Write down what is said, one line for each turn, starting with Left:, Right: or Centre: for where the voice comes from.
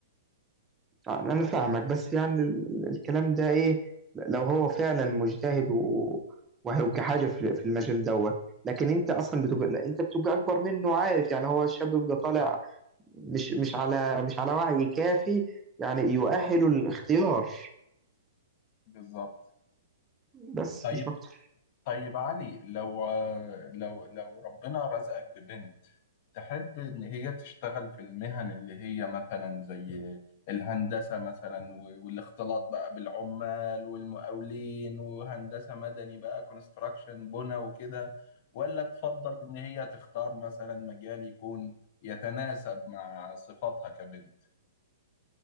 Right: اه انا فاهمك بس يعني ال- الكلام ده ايه لو هو فعلا مجتهد و... وهيبقى حاجه في في المجال دوت لكن انت اصلا بتبقى لا، انت بتبقى اكبر منه عارف يعني هو الشاب بيبقى طالع
Left: صح
Right: مش مش على مش على وعي كافي يعني يؤهله
Left: بالظبط
Right: للاختيار
Left: بالظبط
Right: بس
Left: طيب
Right: مش اكتر
Left: طيب علي لو لو لو ربنا رزقك ببنت تحب إن هي تشتغل في المهن اللي هي مثلا زي الهندسة مثلا و- والاختلاط بقى بالعمال والمقاولين وهندسة مدني بقى كونستراكشن بنا وكده ولا تفضل إن هي تختار مثلا مجال يكون يتناسب مع صفاتها كبنت